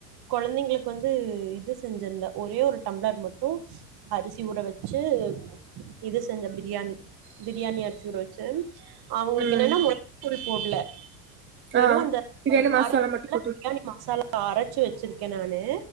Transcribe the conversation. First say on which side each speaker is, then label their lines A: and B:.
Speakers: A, on the right; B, on the right.
A: கொழந்தைங்களுக்கு வந்து இது செஞ்சிருந்த ஒரே ஒரு டம்ளர் மட்டு அரிசி ஊற வச்சு இது செஞ்ச பிரியாணி பிரியாணி அரிசி ஊற வச்சு அ
B: ம்
A: என்னனா <unintelligible> வெறு
B: ஆ
A: அந்த
B: பிரியாணி மசாலா
A: அரப்போல
B: மட்டு போட்டு
A: பிரியாணி மசாலா அரச்சு வச்சிருக்க நானு